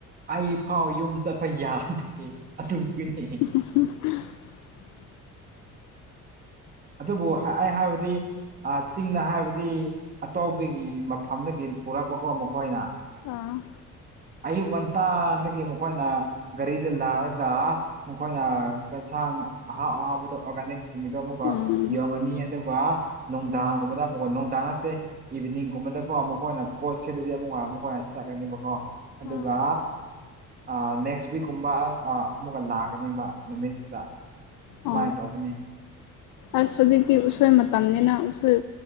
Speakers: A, on the right; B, on the left.
A: ꯑꯩ ꯐꯥꯎ ꯌꯨꯝ ꯆꯠꯄ ꯌꯥꯗꯦ ꯑꯗꯨꯒꯤꯅꯤ
B: <unintelligible>
A: ꯑꯗꯨꯕꯨ ꯑꯩ ꯍꯥꯏꯕꯗꯤ ꯑ ꯆꯤꯡꯅ ꯍꯥꯏꯕꯗꯤ ꯑꯇꯣꯞꯄꯒꯤ ꯃꯐꯝꯗꯒꯤ ꯄꯨꯔꯛꯄꯀꯣ ꯃꯈꯣꯏꯅ
B: ꯑ
A: ꯑꯌꯨꯛ ꯉꯟꯇꯥꯗꯒꯤ ꯃꯈꯣꯏꯅ ꯒꯥꯔꯤꯗ ꯂꯥꯛꯑꯒ ꯃꯈꯣꯏꯅ ꯌꯦꯟꯁꯥꯡ ꯑꯍꯥꯎ ꯑꯍꯥꯎꯕꯗꯣ ꯑꯣꯔꯒꯥꯅꯤꯛꯁꯤꯡꯗꯣ ꯑꯃꯨꯛꯀ
B: ꯎꯝ
A: ꯌꯣꯟꯉꯅꯤ ꯑꯗꯨꯒ ꯅꯨꯡꯗꯥꯡꯒꯨꯝꯕꯗ ꯅꯨꯡꯗꯥꯡ ꯅꯠꯇꯦ ꯏꯚꯤꯅꯤꯡꯒꯨꯝꯕꯗꯀꯣ ꯃꯈꯣꯏꯅ ꯄꯣꯠ ꯁꯤꯠꯂꯗꯤ ꯑꯃꯨꯛꯀ ꯃꯈꯣꯏꯅ ꯆꯠꯀꯅꯤꯕꯀꯣ ꯑꯗꯨꯒ
B: ꯑꯥ
A: ꯑ ꯅꯦꯛꯁ ꯋꯤꯛꯀꯨꯝꯕ ꯑꯃꯨꯛꯀ ꯂꯥꯛꯀꯅꯦꯕ ꯅꯨꯃꯤꯠꯇ ꯁꯨꯃꯥꯏꯅ
B: ꯑ
A: ꯇꯧꯕꯅꯤ
B: ꯑꯁ ꯍꯧꯖꯤꯛꯇꯤ ꯎꯁꯣꯏ ꯃꯇꯝꯅꯤꯅ ꯎꯁꯣꯏ